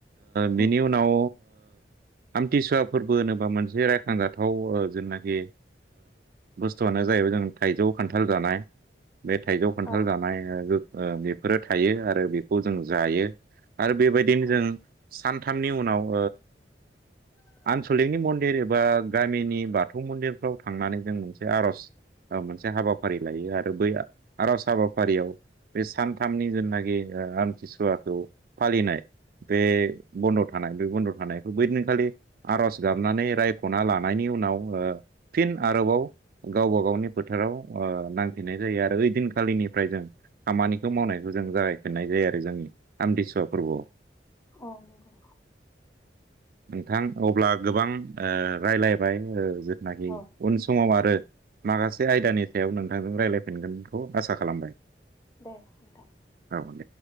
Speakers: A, on the right; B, on the left.
A: बिनि
B: उम
A: उनाव आमथिसुवा फोरबो होनोबा मोनसे रायखांजाथाव जोंनाखि बुस्थुआनो जाहैबाय जों थाइजौ खान्थाल जानाय बे थाइजौ खान्थाल
B: औ
A: जानाय बेफोरो थायो आरो बेखौ जों जायो आरो बेबायदिनो
B: उम
A: जों सानथामनि उनाव
B: औ
A: आनसलिकनि मन्दिर एबा गामिनि बाथौ मन्दिरफ्राव थांनानै जों मोनसे आरज मोनसे हाबाफारि लायो आरो बै आरज हाबाफारियाव बे सानथामनि जेनाखि आमथिसुवाखौ फालिनाय बे बन्द थानाय बे बन्द थानायखौ बैदिनखालि आरज गाबनानै रायखना लानायनि नि उनाव फिन आरोबाव गावबा गावनि फोथाराव ओ नांफिननाय जायो आरो ओइदिनखालिनिफ्राय जों खामानिखौ मावनायखौ जों जागायफिननाय जायो आरो जोंनि आमथिसुवा फोरबोआव
B: औ नंगौ
A: नोंथां अब्ला गोबां राय्लायबाय जिथुनाखि
B: औ
A: उन समाव आरो माखासे आयदानि सायाव नों नोंजों रायज्लायफिनगोनखौ आसा खालामबाय
B: दे नोंथां
A: औ दे।